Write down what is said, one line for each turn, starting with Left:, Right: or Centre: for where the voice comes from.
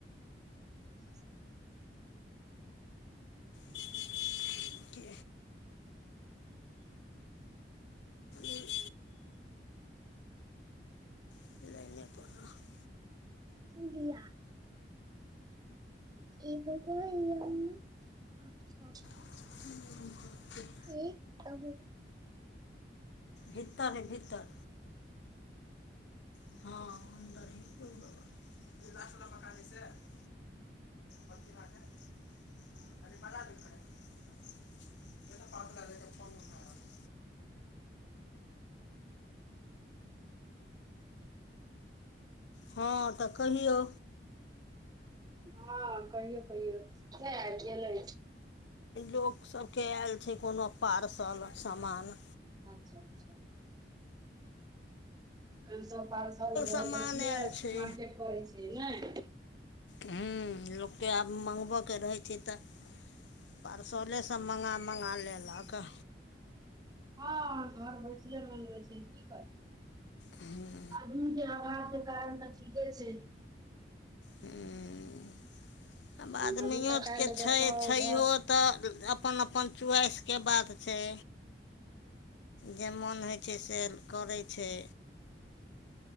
Right: अच्छा
Left: कि ई <unintelligible> <unintelligible>
Right: इणडिया <unintelligible>
Left: <unintelligible>
Right: एकदम
Left: भितर है भितर <unintelligible> आओर की <unintelligible> हँ तऽ कहियौ
Right: हँ कहियो कहियो के आबि गेलै
Left: लोकसभ के आयल छै कोनो पार्सल समान
Right: अच्छा अच्छा अखन सभ पार्सल घर
Left: सामान
Right: बैसले
Left: आयल छै
Right: मार्केट करै छै ने
Left: हूं लोक के आब मंगबैके रहै छै तऽ पार्सले सब मँगा मंगा लेलक
Right: हँ घर भैसले मगबै छै की करतै
Left: हु
Right: आजन के आवासके कारण तऽ ठीके छै
Left: ह आब आदमियो
Right: हमहूँ तऽ काल्हि
Left: के छै
Right: देखब
Left: छैहो
Right: घर
Left: तऽ अपन अपन चोइस के बात छै जे मोन होइ छै से करै छै